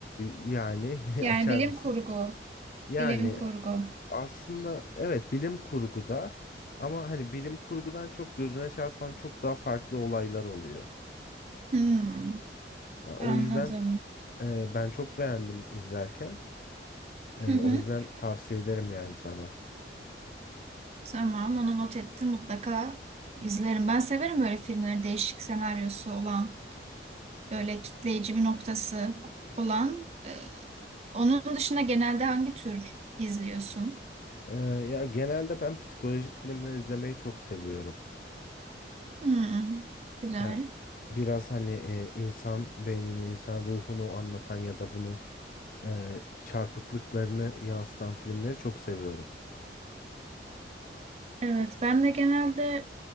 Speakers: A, on the left; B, on the right.
A: yani <laughs>
B: Yani
A: açar
B: bilim
A: mısın?
B: kurgu.
A: Yani
B: Bilim kurgu.
A: aslında evet bilim kurguda ama hani bilim kurgudan çok gözüne çarpan çok daha farklı olaylar oluyor.
B: Hmm,
A: A- O
B: anladım.
A: yüzden e, ben çok beğendim izlerken. E,
B: Hı hı.
A: o yüzden tavsiye ederim yani sana.
B: Tamam onu not ettim mutlaka izlerim. Ben severim böyle filmleri değişik senaryosu olan böyle kitleyici bir noktası olan. E, onun dışında genelde hangi tür izliyorsun?
A: Ee, ya genelde ben psikolojik filmler izlemeyi çok seviyorum.
B: Hmm, güzel.
A: Ya biraz hani e, insan beynini, insan ruhunu anlatan ya da bunu e, çarpıklıklarını yansıtan filmleri çok seviyorum.
B: Evet ben de genelde